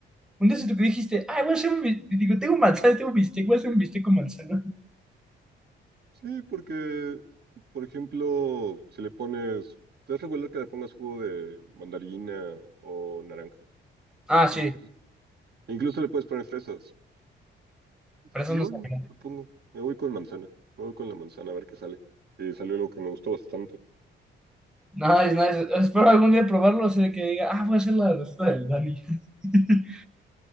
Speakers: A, in the centre; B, on the right.
A: un día se te que dijiste, ay, voy a hacer un bistec, digo, tengo manzana, tengo bistec, voy a hacer un bistec con manzana.
B: Sí, porque, por ejemplo, si le pones... Es regular que le pongas jugo de mandarina o naranja.
A: Ah,
B: Después
A: sí,
B: de- Incluso le puedes poner fresas. Dije,
A: pero eso
B: pues
A: no
B: bueno,
A: sabe.
B: le pongo. Me voy con manzana. Me voy con la manzana a ver qué sale. Y salió algo que me gustó bastante.
A: Nice, nice. Espero algún día probarlo, así de que diga, ah, voy a hacer la receta del Dani. <laughs>